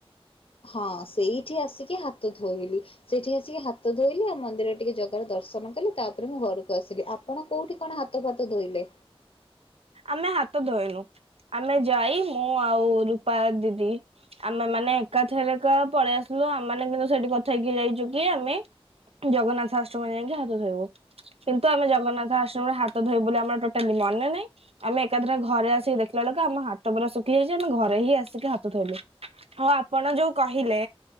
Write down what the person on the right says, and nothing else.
ଆମେ ହାତ ଧୋଇନୁ ଆମେ ଜାଇ ମୁଁ ଆଉ ରୂପା ଦିଦି ଆମେମାନେ ଏକାଥରେକା ପଳେଇ ଆସିଲୁ ଆମ ମାନେ କିନ୍ତୁ ସେଠି କଥା ହେଇକି ଯାଇଚୁ କି ଆମେ ଜଗନ୍ନାଥ ଆଶ୍ରମ ଯାଇଁକି ହାତ ଧୋଇବୁ। କିନ୍ତୁ ଆମେ ଜଗନ୍ନାଥ ଆଶ୍ରମରେ ହାତ ଧୋଇ ବୋଲି ଆମର ଟୋଟାଲି ମନେ ନାଇଁ ଆମେ ଏକାଥରେ ଘରେ ଆସିକି ଦେଖିଲାବେଳକୁ ଆମ ହାତ ପୁରା ଶୁଖିଯାଇଛି ଆମେ ଘରେ ହିଁ ଆସିକି ହାତ ଧୋଇଲୁ। ହଁ ଆପଣ ଯୋଉ କହିଲେ